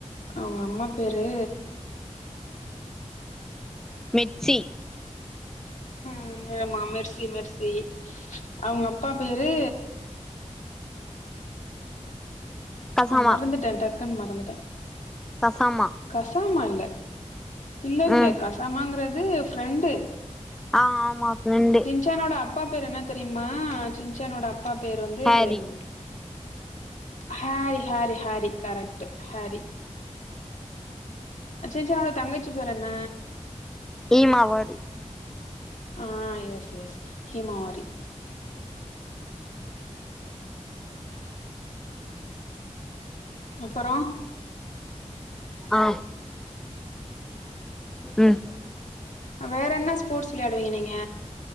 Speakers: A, on the left; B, in the centre.
A: அவங்க அம்மா பேரு
B: மெட்ஸி
A: ம் ஆமா மெர்ஸி மெர்ஸி அவங்கப்பா பேரு
B: கசாமா
A: அ மறந்துட்டே டக்குன் மறந்துட்டே
B: கஸாமா
A: கஸாமா இல்ல இல்லல்ல
B: ம்
A: கஸாமாங்றது ஃப்ரெண்டு
B: ஆ ஆமா ஃப்ரெண்டு
A: சின்சான்னோட அப்பா பேரு என்ன தெரியுமா சின்சான்னோட அப்பா பேர் வந்து
B: ஹாரி
A: ம் Harry Harry Harry correct Harry சின்சான்னோட தங்கச்சி பேர் என்ன
B: ஈமாவாரி
A: ஆ எஸ் எஸ் ஹீமாவாரி அப்பறோ
B: ஆ ம்
A: வேறென்ன ஸ்போட்ஸ் விளயாடுவீங்க நீங்க